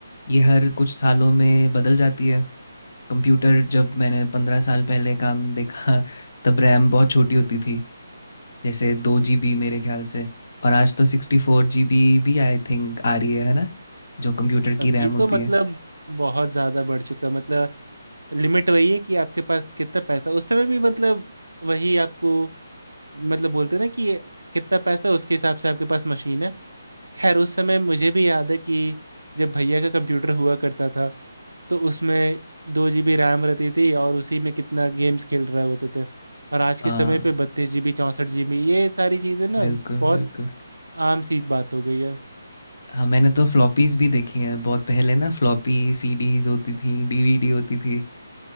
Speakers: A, on the left; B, on the right.
A: ये हर कुछ सालों में बदल जाती है कंप्यूटर जब मैंने पंद्रह साल पहले काम देखा तब रैम बहुत छोटी होती थी जैसे दो जी बी मेरे ख्याल से और आज तो सिक्सटी फोर जी बी भी आई थिंक आ रही है है ना जो कंप्यूटर
B: अभी
A: की रैम
B: तो
A: होती
B: मतलब
A: है
B: बहुत ज्यादा बढ़ चुका मतलब लिमिट वही है कि आपके पास कितना पैसा उस समय भी मतलब वही आपको मतलब बोलते हैं ना कि कितना पैसा है, उसके हिसाब से आपके पास मशीन है खैर उस समय मुझे भी याद है कि जब भैया का कंप्यूटर हुआ करता था तो उसमें दो जीबी रैम रहती थी और उसी में कितना गेम्स खेल रहे होते थे और आज के
A: हाँ
B: समय पे बत्तीस जीबी चौंसठ जीबी ये सारी चीज़ें ना
A: बिल्कुल
B: बहुत
A: बिल्कुल
B: आम सी बात हो गई है
A: हाँ मैंने तो फ्लॉपीज भी देखी हैं बहुत पहले ना फ्लॉपी सीडीज होती थी डीवीडी होती थी